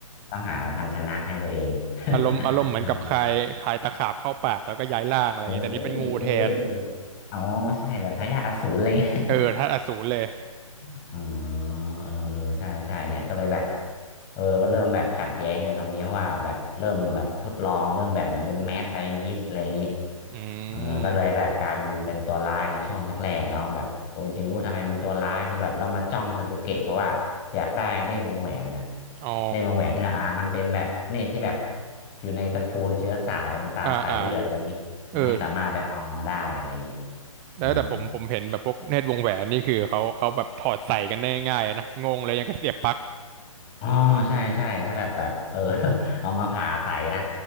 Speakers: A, on the left (about 25°); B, on the right (about 20°).
A: ต้องหาภาชนะให้ตัวเอง
B: อารมณ์อารมณ์เหมือนกับคายคายตะขาบเข้าปากแล้วก็ย้ายร่างอะไรอย่างงี้แต่นี่เป็นงูแทน
A: <laughs> เออ เอ้ยเอออ๋อใช่แบบทายาทอสูรอะไรเงี้ย
B: เออธาตุอสูรเลย
A: <laughs> อ๋อเออใช่ใช่เนี่ยก็เลยแบบเออก็เริ่มแบบขัดแย้งกันตรงนี้เพราะว่าแบบเริ่มแบบทดลองเริ่มแบบเหมือนเป็นแมสไซ i น t ิสอะไรอย่างนี้
B: อื
A: เออก็เลยแบบกลายเป็นเป็นตัวร้ายในช่วงแรกๆเนาะแบบโอ้จริงๆรู้ทำไมเป็นตัวร้ายคือแบบเรามาจ้องซาสึเกะเพราะว่าอยากได้เนตรวงแหวนนะ
B: มอ๋อ
A: เนตรวงแหวนนี่แหละอ่ามันเป็นแบบเนตรที่แบบอยู่ในตระกูลเชื้อสายมันตามสายเลือดอะไรอย่างนี้มันไม่สามารถไปเอามาได้อะไรอย่างนี้
B: อ่าอ่าเออ
A: อ่า
B: แล้วแต่ผมผมเห็นแบบพวกเนตรวงแหวนนี่คือเขาเขาแบบถอดใส่กันได้ง่ายๆนะงงเลยยังก็เสียบปลั๊ก
A: อ๋อใช่ใช่ถ้าแบบแบบเออ <laughs> เอามาผ่าใส่นะ